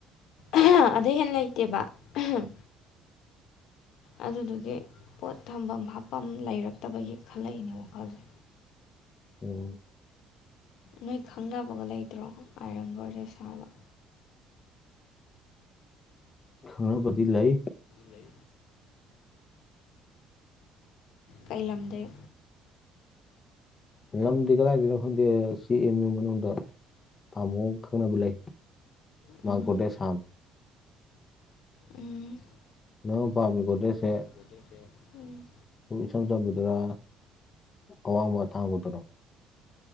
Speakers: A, on the left; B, on the left.
A: ꯑꯍꯥ ꯑꯗꯩ ꯍꯦꯟꯅ ꯂꯩꯇꯦꯕ ꯑꯍꯥꯝ ꯑꯗꯨꯗꯨꯒꯤ ꯄꯣꯠ ꯊꯝꯐꯝ ꯍꯥꯞꯄꯝ ꯂꯩꯔꯛꯇꯕꯒꯤ ꯈꯜꯂꯛꯏꯅꯦ ꯋꯥꯈꯜꯖꯦ
B: ꯎꯝ
A: ꯅꯣꯏ ꯈꯪꯅꯕꯒ ꯂꯩꯇ꯭ꯔꯣ ꯑꯥꯏꯔꯟ ꯒꯣꯔꯗꯦꯁ ꯁꯥꯕ
B: ꯈꯪꯅꯕꯗꯤ ꯂꯩ
A: ꯂꯩ ꯀꯩ ꯂꯝꯗꯩ
B: ꯂꯝꯗꯤ ꯀꯗꯥꯏꯗꯒꯤꯅꯣ ꯈꯪꯗꯦ ꯁꯤ ꯑꯦꯝ ꯎ ꯃꯅꯨꯡꯗ ꯇꯥꯝꯃꯣ ꯈꯪꯅꯕ ꯂꯩ
A: ꯎꯝ
B: ꯃꯥ ꯒꯣꯗ꯭ꯔꯦꯖ ꯍꯥꯝꯃꯤ
A: <unintelligible> ꯎꯝ
B: ꯅꯪꯅ ꯄꯥꯝꯃꯤ ꯒꯣꯔꯗꯦꯁ ꯁꯦ
A: ꯒꯣꯔꯗꯦꯁ ꯁꯦ ꯎꯝ
B: ꯁꯨꯝ ꯏꯆꯝ ꯆꯝꯕꯗꯨꯔꯥ ꯑꯋꯥꯡꯕ ꯑꯇꯥꯡꯕꯗꯨꯔꯣ